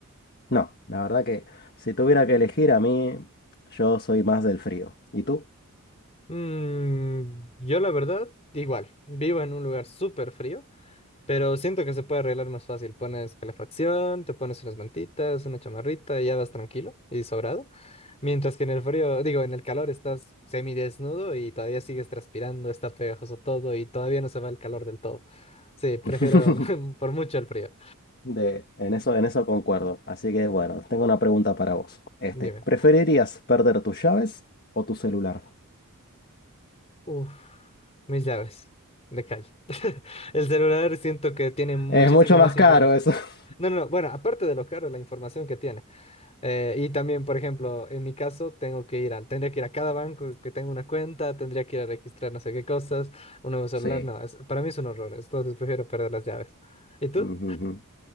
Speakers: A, on the left (about 45°); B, on the left (about 30°).
A: No, la verdad que si tuviera que elegir a mí, yo soy más del frío. ¿Y tú?
B: Mm, yo la verdad, igual, vivo en un lugar súper frío, Pero siento que se puede arreglar más fácil. Pones calefacción, te pones unas mantitas, una chamarrita y ya vas tranquilo y sobrado. Mientras que en el frío, digo, en el calor estás semidesnudo y todavía sigues transpirando, está pegajoso todo y todavía no se va el calor del todo. Sí, prefiero
A: <laughs>
B: <laughs> por mucho el frío.
A: De, en eso, en eso concuerdo. Así que bueno, tengo una pregunta para vos. Este,
B: Dime.
A: ¿preferirías perder tus llaves o tu celular?
B: Uf, mis llaves de calle. <laughs> El celular siento que tiene muchísima
A: Es mucho
B: más
A: más
B: información.
A: caro eso. <laughs>
B: No, no, no. Bueno, aparte de lo caro, la información que tiene. Eh, y también, por ejemplo, en mi caso, tengo que ir a, tendría que ir a cada banco que tenga una cuenta, tendría que ir a registrar no sé qué cosas, un nuevo celular,
A: Sí.
B: no, es- para mí es un horror, entonces prefiero perder las llaves. ¿Y tú?
A: Ujú, ujú.